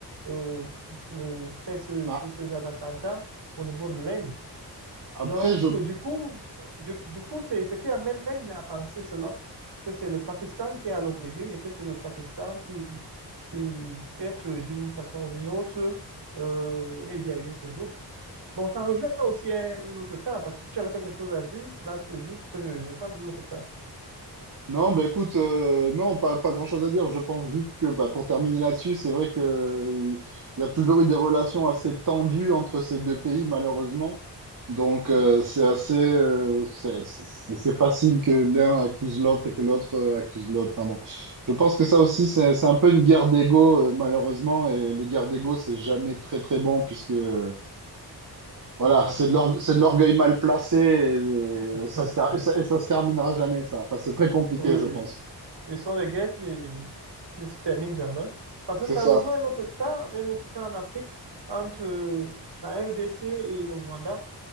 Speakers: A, on the right (about 85°); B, on the right (about 50°).
A: euh, euh, fait ce,
B: Ah,
A: ce, ce genre d'attentat au niveau de l'Inde.
B: Après,
A: Donc,
B: je,
A: euh, du coup, du, du coup, c'est ce qui amène l'Inde à penser cela, que c'est le Pakistan qui est à l'origine et que c'est le Pakistan qui, qui peut-être euh, d'une façon ou d'une autre, euh, est derrière ce groupe. Bon, ça rejoint aussi un, un autre cas, parce que tu avais quelque chose à dire, là, tu dis pourquoi je, je parle de l'autre cas.
B: Non, bah écoute, euh, non, pas, pas grand-chose à dire. Je pense juste que bah, pour terminer là-dessus, c'est vrai que euh, il y a toujours eu des relations assez tendues entre ces deux pays, malheureusement. Donc
A: Oui,
B: euh, c'est assez, euh, c'est c'est- c'est facile que l'un accuse l'autre et que l'autre euh, accuse l'autre. Enfin bon, je pense que ça
A: oui.
B: aussi, c'est c'est un peu une guerre d'ego, euh, malheureusement. Et les guerres d'ego, c'est jamais très très bon puisque euh, voilà,
A: Euh,
B: c'est de l'orgue- c'est de l'orgueil mal placé et,
A: <laughs>
B: ça se ter- et ça, et ça se terminera jamais ça. Enfin, c'est
A: Oui,
B: très compliqué,
A: oui,
B: je pense.
A: oui. Ce sont des guerres qui ne, qui ne se terminent jamais. Parce
B: C'est
A: que ça
B: ça.
A: rejoint un autre cas, un autre cas en Afrique, entre euh, la RDC et le Rwanda